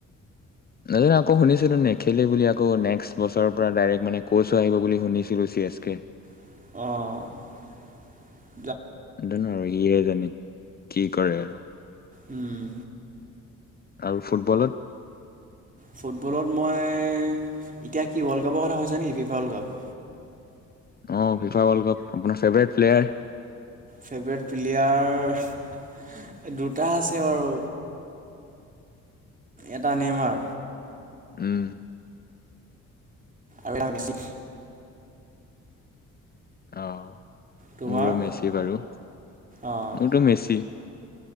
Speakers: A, on the left; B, on the right.
A: নাজানো, আকৌ শুনিছিলো নেখেলে বুলি আকৌ নেক্সট বছৰৰ পৰা ডাইৰেক্ট মানে ক'ছ হৈ আহিব বুলি শুনিছিলো চি এছ কে।
B: অ
A: এইতো আৰু ইহে জানে কি কৰে আৰু?
B: উম,
A: আৰু ফুটবলত?
B: ফুটবলত মই এতিয়া কি ৱৰ্ল্ড কাপৰ কথা কৈছা নেকি ফিফা ৱৰ্ল্ড কাপ?
A: অ ফিফা ৱৰ্লড কাপ আপোনাৰ ফেভৰেত প্লেয়াৰ।
B: ফেভৰেট প্লেয়াৰ দু এতা আছে বাৰু এটা নেমাৰ,
A: উম,
B: আৰু অহা নাছিল
A: অ'।
B: তোমাৰ
A: মোৰো মেচি বাৰু মোৰতো
B: অঁ
A: মেচি।